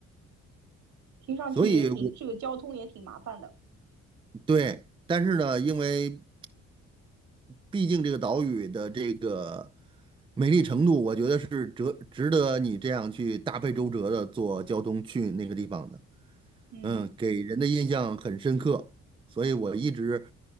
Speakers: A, on the right; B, on the right.
A: 听上去也挺，
B: 所以我，
A: 这个交通也挺麻烦的。
B: 对，但是呢，因为毕竟这个岛屿的这个美丽程度，我觉得是值值得你这样去大费周折的坐交通去那个地方的。
A: 嗯。
B: 嗯，给人的印象很深刻，所以我一直